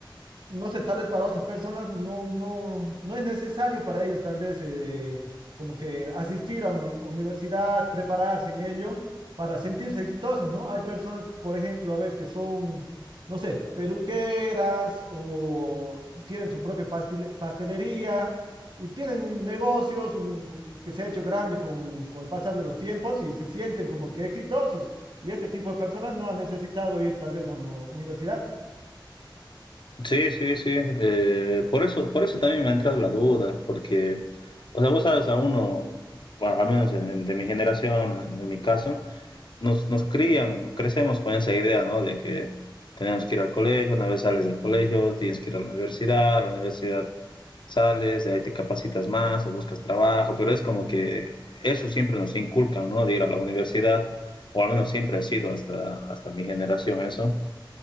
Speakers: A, on the right; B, on the left.
A: no sé, tal vez para otras personas no, no, no es necesario para ellos, tal vez eh, como que asistir a una un- universidad, prepararse en ello para sentirse exitosas, ¿no? Hay personas, por ejemplo, a ver, que son, no sé, peluqueras o tienen su propia pastile- pastelería y tienen negocios un- que se ha hecho grande con, con el pasar de los tiempos y se sienten como que exitosos. Y este tipo de personas no han necesitado ir tal vez a una universidad.
B: Sí, sí, sí. eh, por eso, por eso también me ha entrado la duda, porque, o sea, vos sabes, a uno, bueno, al menos en- en- de mi generación, de mi caso, nos, nos crían, crecemos con esa idea, ¿no? De que tenemos que ir al colegio, una vez sales del colegio, tienes que ir a la universidad, a la universidad sales, de ahí te capacitas más o buscas trabajo, pero es como que eso siempre nos inculcan, ¿no? De ir a la universidad, o al menos siempre ha sido hasta, hasta mi generación eso.